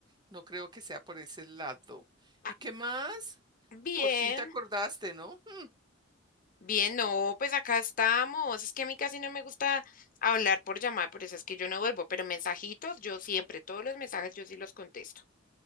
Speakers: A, on the right; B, on the left.
A: no creo que sea por ese lado.
B: Ah,
A: ¿Y qué más?
B: bien,
A: Por fin te acordaste, ¿no? Mm,
B: bien, no, pues acá estamos. Es que a mí casi no me gusta hablar por llamar, por eso es que yo no vuelvo, pero mensajitos yo siempre, todos los mensajes yo sí los contesto.